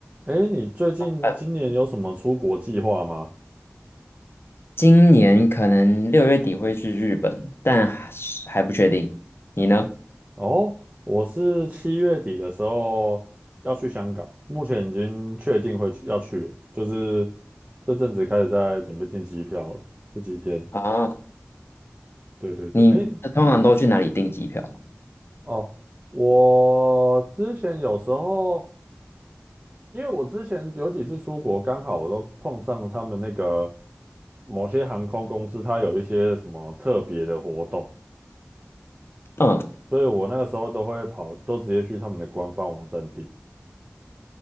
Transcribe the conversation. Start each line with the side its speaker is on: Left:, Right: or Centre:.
Right: 哎，你最近今年有什么出国计划吗？
Left: 呃，今年可能六月底会去日本，但还是还不确定。你呢？
Right: 哦，我是七月底的时候要去香港，目前已经确定会去要去了，就是这阵子开始在准备订机票了，这几天。
Left: 啊，
Right: 对对对，
Left: 你呃通常都去哪里订机票？
Right: 哎，哦，我之前有时候，因为我之前有几次出国，刚好我都碰上他们那个某些航空公司，它有一些什么特别的活动。
Left: 嗯，
Right: 所以我那个时候都会跑，都直接去他们的官方网站订。